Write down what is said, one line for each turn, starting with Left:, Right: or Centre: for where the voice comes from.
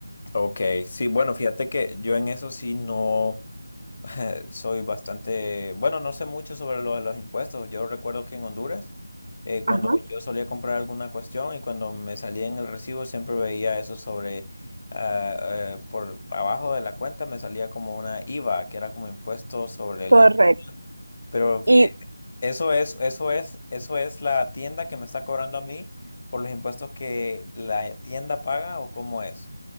Left: Ok, sí, bueno, fíjate que yo en eso sí no <laughs> soy bastante, bueno, no sé mucho sobre lo de los impuestos. Yo recuerdo que en Honduras, eh, cuando
Right: Ajá,
Left: yo solía comprar alguna cuestión y cuando me salía en el recibo, siempre veía eso sobre, ah, eh, por abajo de la cuenta me salía como una IVA, que era como impuesto sobre
Right: correcto.
Left: la... Pero
Right: Y
Left: Eso es, eso es, eso es la tienda que me está cobrando a mí por los impuestos que la tienda paga o cómo es.